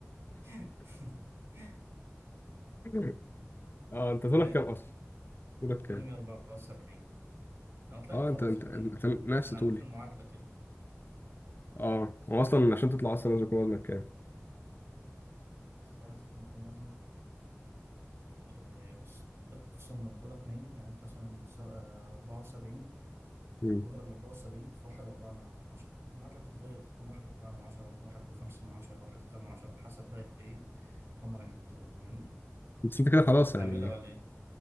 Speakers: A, on the right; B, on the left.
A: <laughs>
B: <laughs> اه انت طولك
A: فاهم
B: كام اصلا؟ طولك كام؟
A: كل 174 انا طلعت
B: اه
A: خلاص
B: انت انت,
A: يا باشا
B: انت نفس
A: أنا
B: طولي
A: عديت المعادلة كده
B: اه هو اصلا عشان تطلع اصلا لازم يكون وزنك كام؟
A: تطلع لازم يكون وزنك آه، بص اخصم منطولك 100 يعني انت مثلا س- آه، 74
B: مم.
A: واضرب ال 74 في 1.4 من عشرة المعادلة بتتغير بتكون 1.4 من عشرة 1.5 من عشرة 1.8 من عشرة بحسب بقى ايه هما بيحطوها فاهمني
B: بس انت كده
A: هتخطط
B: خلاص
A: تعملها
B: يعني
A: ولا ايه؟